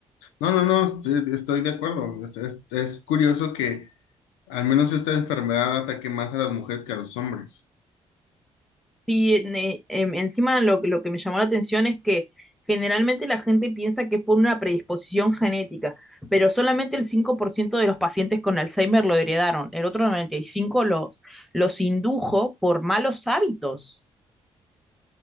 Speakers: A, on the left; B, in the centre.
A: no, no, no, sí, estoy de acuerdo. Es, es- es curioso que al menos esta enfermedad ataque más a las mujeres que a los hombres.
B: Sí, ne- em, encima lo, lo que me llamó la atención es que generalmente la gente piensa que es por una predisposición genética, pero solamente el 5% de los pacientes con Alzheimer lo heredaron, el otro 95% los, los indujo por malos hábitos